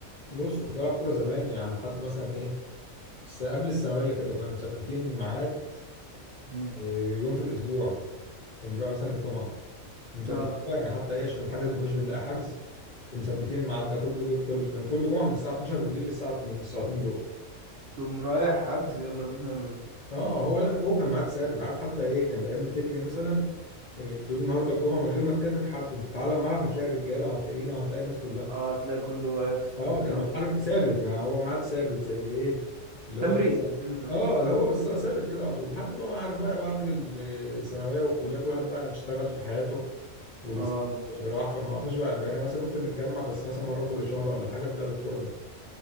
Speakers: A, on the left (about 40°); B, on the right (about 60°).
A: بص كنت بلعب كوره زمان يعني لحد مثلا ايه س- قبل الثانويه كده كنا مثبتين ميعاد
B: مم.
A: إيه، يوم في الاسبوع يعني بيبقى مثلا الجمعه ومثبتين
B: اه
A: بقى يعني حتى ايه عشان الحجز ما كناش بنلاقي حجز فمثبتين الميعاد ده كل جو- كل كان كل جمعه من الساعه 12 بالليل للساعه 2 الساعتين دول
B: تقوم رايح حجز يلا بينا يلا بينا
A: اه هو لا هو كان ميعاد ثابت عارف حتى ايه كان الايام بتجري مثلا إيه، تقول النهارده الجمعه من غير ما تكلم حد انت تعالى الملعب هتلاقي الرجاله وهتلاقينا وهتلاقي الناس كلها
B: اه تلاقي كله واقف
A: اه
B: آه، يلا
A: كان عارف
B: بينا
A: ثابت يعني هو ميعاد ثابت زي ايه اللي
B: تمرين
A: هو مثلا
B: كأنه تمرين
A: اه هو بالظبط ثابت كده على طول لحد بقى ما عارف بقى بعد الثانويه والكليه كل واحد بقى اشتغل في حياته واللي
B: اه
A: واللي راح فما عدناش بقى بقينا مثلا ممكن نتجمع بس مثلا مره كل شهر ولا حاجه في لعب الكوره ده